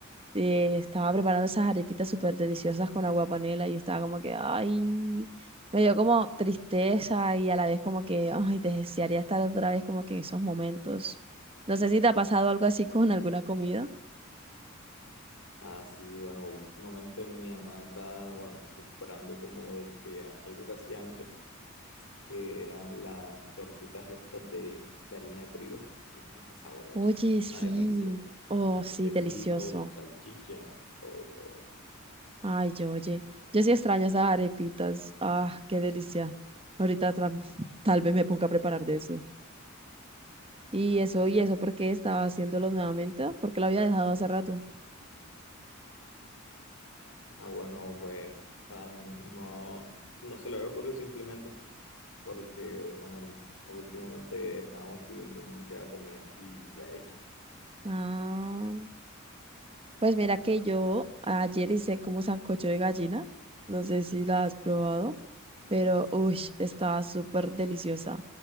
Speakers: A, on the right; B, on the left.
A: eh, estaba preparando esas arepitas súper deliciosas con agua panela y estaba como que, ay, me dio como tristeza y a la vez como que, ay, desearía estar otra vez como que en esos momentos. No sé si te ha pasado algo así con alguna comida.
B: Ah, sí, bueno, últimamente mi mamá está, bueno, recuperando como de que a- algo que hacía antes, que eran las tortitas estas de, de harina de trigo, son bastante sabrosas,
A: Oye,
B: una
A: sí,
B: delicia,
A: oh,
B: con su
A: sí,
B: quesito,
A: delicioso.
B: con su salchicha, todo, todo.
A: Ay, yo, oye, yo sí extraño esas arepitas. Ah, qué delicia. Ahorita tra- <laughs> tal vez me ponga a preparar de eso. Y eso,
B: Y,
A: y eso, ¿por qué estaba haciéndolo nuevamente? Porque lo había dejado hace rato.
B: ah, bueno, pues está- no, no se le había ocurrido simplemente. porque o sea, norm- últimamente estábamos pidiendo mucha comida así ya hecha.
A: Ah. Pues mira que yo ayer hice como sancocho de gallina, no sé si la has probado, pero uy, estaba súper deliciosa.